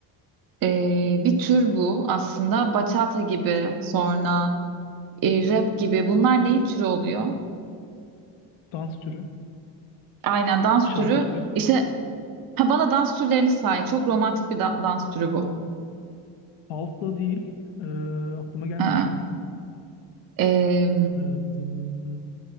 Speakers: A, on the right; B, on the left.
A: e, bir tür bu aslında. Bachata gibi sonra e, rap gibi bunlar neyin türü oluyor?
B: Dans türü,
A: Aynen dans
B: şarkı
A: türü.
B: türü.
A: İşte ha, bana dans türlerini say. Çok romantik bir da- dans türü bu.
B: Salsa değil. Ee, aklıma gelmiyor
A: Aa.
B: şu an.
A: E,
B: Ee,